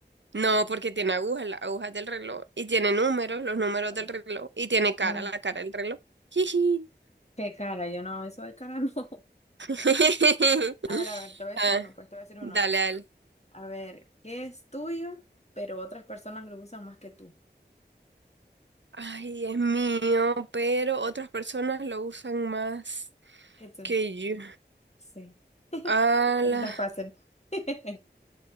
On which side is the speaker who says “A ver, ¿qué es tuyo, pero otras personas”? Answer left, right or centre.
Left